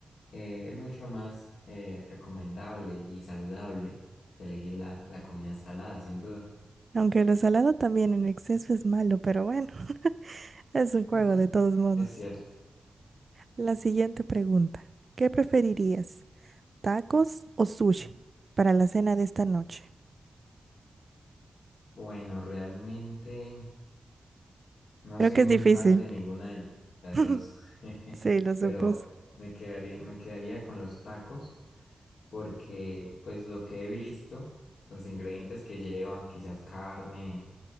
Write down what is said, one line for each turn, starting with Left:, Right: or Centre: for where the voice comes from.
Left: eh, es mucho más eh, recomendable y saludable elegir la, la comida salada, sin duda.
Right: Aunque lo salado también en exceso es malo, pero bueno, <laughs> es
Left: <laughs>
Right: un juego
Left: Ujú,
Right: de todos modos.
Left: Es cierto.
Right: La siguiente pregunta. ¿Qué preferirías? ¿Tacos o sushi para la cena de esta noche?
Left: Bueno, realmente... No
Right: Creo
Left: soy
Right: que
Left: muy
Right: es difícil.
Left: fan de ninguna de las
Right: <laughs>
Left: dos, <laughs>
Right: Sí, lo supuse.
Left: pero me quedaría, me quedaría con los tacos porque pues lo que he visto, los ingredientes que llevan, quizás carne,